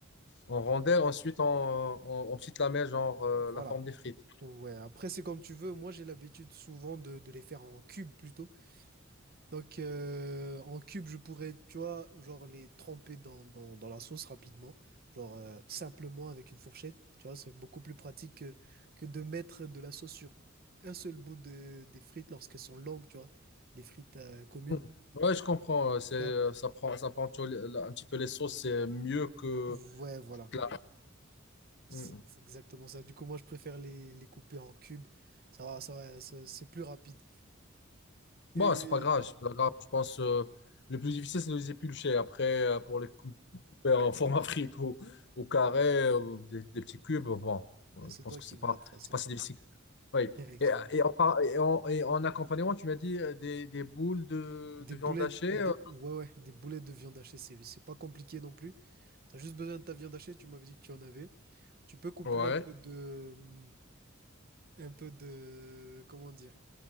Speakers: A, on the left (about 60°); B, on the right (about 50°).
A: en rondelles, ensuite en, en, en petites lamelles, genre euh,
B: Voilà.
A: la forme des frites.
B: Ouais, après, c'est comme tu veux. Moi, j'ai l'habitude souvent de, de les faire en cubes plutôt. Donc, euh, en cube, je pourrais, tu vois, genre les tremper dans, dans, dans la sauce rapidement, genre euh, simplement avec une fourchette, tu vois, c'est beaucoup plus pratique que, que de mettre de la sauce sur un seul bout de, des frites lorsqu'elles sont longues, tu vois, des frites euh, communes,
A: Hum. Ouais, je comprends. euh, C'est,
B: tu
A: euh,
B: vois.
A: ça prend, ça prend toujours les- la- un petit peu les sauces, c'est mieux que.
B: Ouais, voilà,
A: de
B: c'est
A: la-
B: c'est exactement ça. Du coup, moi, je préfère les, les couper en cubes, ça va, ça va, ça- c'est plus rapide. Et
A: Bon, c'est pas grave, c'est pas grave. Je pense euh, le plus difficile, c'est de les éplucher. Après, euh, pour les cou- couper en <laughs> format frite ou au carré, euh, des, des petits cubes, bon, euh,
B: ouais, c'est
A: je pense
B: toi
A: que
B: qui
A: c'est
B: vois
A: pas,
B: de toute façon,
A: c'est pas si difficile. Oui.
B: effectivement.
A: Et, et en, par- et en- et en accompagnement, tu m'as dit euh, des, des boules de,
B: Des
A: de
B: boulettes,
A: viande hachée.
B: des-
A: euh,
B: ouais, ouais, des boulettes de viande hachée, c'est, c'est pas compliqué non plus. T'as juste besoin de ta viande hachée, tu m'avais dit que tu en avais. Tu peux couper
A: ouais,
B: un peu de, un peu de, comment dire,